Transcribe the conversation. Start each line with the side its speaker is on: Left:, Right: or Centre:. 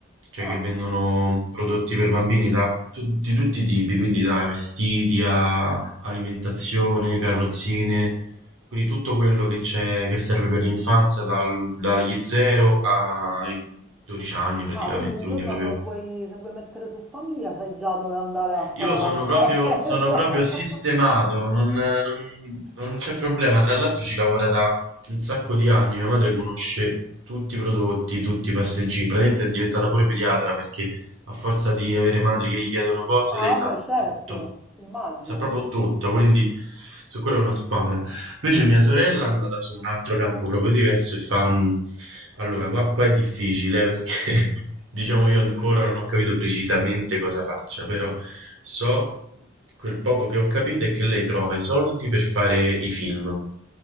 Right: cioè
Centre: Ah,
Right: che vendono
Centre: ok.
Right: prodotti per bambini da tu- di tutti i tipi, quindi da vestiti a alimentazione, carrozzine, quindi tutto quello che c'è, che serve per l'infanzia dal- dagli 0 ai 12 anni praticamente,
Centre: Ah, quindi un giorno
Right: quindi proprio
Centre: se vuoi, se vuoi mettere su famiglia sai già dove andare a fare
Right: io
Centre: la
Right: sono
Centre: spesa.
Right: proprio, sono proprio sistemato,
Centre: <laughs>
Right: non, non- non c'è problema. Tra l'altro ci lavora da un sacco di anni. Mia madre conosce tutti i prodotti, tutti i passeggini. Praticamente è diventata pure pediatra perché a forza di avere madri che gli chiedono cose,
Centre: Ah,
Right: lei sa
Centre: vabbè, certo,
Right: tutto.
Centre: immagino.
Right: Sa proprio tutto, quindi su quello è una spada. Invece mia sorella è andata su un altro campo proprio diverso e fa... "Mm, Allora, qua, qua è difficile eh, perché <laughs> diciamo io ancora non ho capito precisamente cosa faccia, però so quel poco che ho capito è che lei trova i soldi per fare i film.